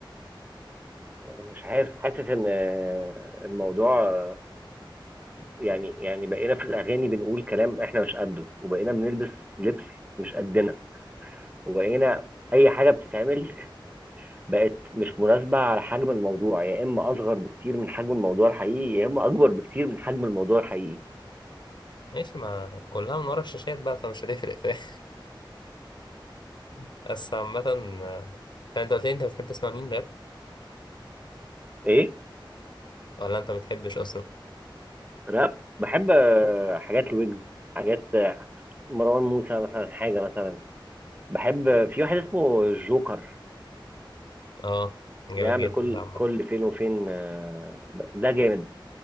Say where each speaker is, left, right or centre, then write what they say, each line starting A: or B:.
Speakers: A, on the right (about 20°); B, on the left (about 60°).
A: مش عارف حاسس ان آه، الموضوع آه، يعني يعني بقينا في الاغاني بنقول كلام احنا مش قده وبقينا بنلبس لبس مش قدنا وبقينا اي حاجه بتتعمل بقت مش مناسبه على حجم الموضوع يا اما اصغر بكتير من حجم الموضوع الحقيقي يا اما اكبر بكتير من حجم الموضوع الحقيقي
B: ماشي ما كلها من ورا الشاشات بقى فمش هتفرق فاهم <laughs> بس عامة آه، طب أنت قلت لي أنت بتحب تسمع مين راب
A: ايه
B: ولا أنت بتحبش أصلا؟
A: راب بحب آه، حاجات الويجز حاجات آه، مروان موسى مثلا حاجه مثلا بحب آه، في واحد اسمه جوكر
B: اه جامد
A: بيعمل
B: جدا
A: كل
B: ده عامة
A: كل فين وفين آه، ده جامد